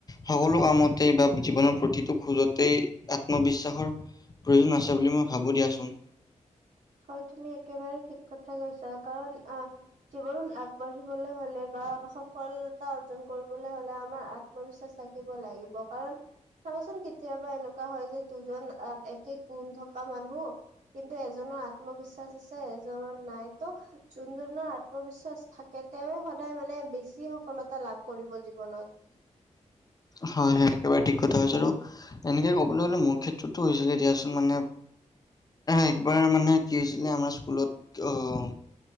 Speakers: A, on the left (about 30°); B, on the right (about 80°).
A: সকলো কামতে বা জীৱনৰ প্ৰতিটো খোজতেই আত্মবিশ্বাসৰ প্ৰয়োজন আছে বুলি মই ভাবো দিয়াচোন।
B: হয় তুমি একেবাৰে ঠিক কথাই কৈছা কাৰণ অ জীৱনত আ বাঢ়িবলৈ হলে বা সফলতা অৰ্জন কৰিবলে হলে আমাৰ আত্মবিশ্বাস থাকিব লাগিব। কাৰণ চাবাচোন কেতিয়াবা এনেকুৱা হয় যে দুজন একে গুণ থকা মানুহ কিন্তু এজনৰ আত্মবিশ্বাস আছে এজনৰ নাই ত যোনজনৰ আত্মবিশ্বাস থাকে তেওঁৱে সদায় মানে বেছি সফলতা লাভ কৰিব জীৱনত।
A: হয় হয় একেবাৰে ঠিক কথা কৈছা আৰু এনেকে ক'বলৈ গ'লে মোৰ ক্ষেত্ৰটো হৈছিলে দিয়াচোন মানে একবাৰ মানে কি হৈছিলে আমাৰ স্কুলত অহ